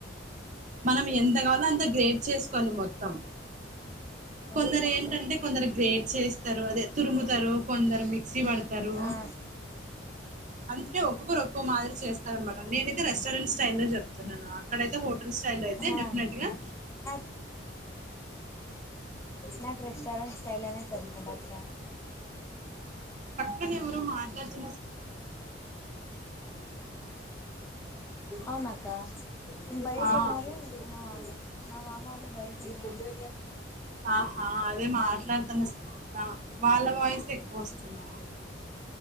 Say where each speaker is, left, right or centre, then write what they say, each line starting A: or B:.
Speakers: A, on the right; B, on the left.
A: మనం ఎంత కావాలో అంత గ్రేడ్ చేసుకోవాలి మొత్తం
B: అవునక్క
A: కొందరు ఏంటంటే కొందరు గ్రేట్ చేస్తారు అదే తురుముతారు కొందరు మి మిక్సీ వాడుతారు
B: ఆ
A: అంటే ఒక్కొక్కరు ఒక్కో మాదిరీ చేస్తారన్నమాట నేనైతే రెస్టారెంట్ స్టైల్ లో చెప్తున్నాను అక్కడైతే హోటల్ స్టైల్ లో అయితే
B: ఆ
A: డెఫినెట్గా
B: ఆ <unintelligible> నాకు రెస్టారెంట్ స్టైల్ ఏయ్ నచ్చదు అక్క
A: కానీ ఎవరో మాట్లాడుతూ
B: అవునా అక్క బయట
A: ఆ
B: ఉన్నారు మా మామ మా మామ వాళ్ళు బయట ఉన్నారు
A: ఆహా అదే మాట్లాడతాన సే ఆ వాళ్ళ వాయిస్ ఏయ్ ఎక్కువ వస్తున్నది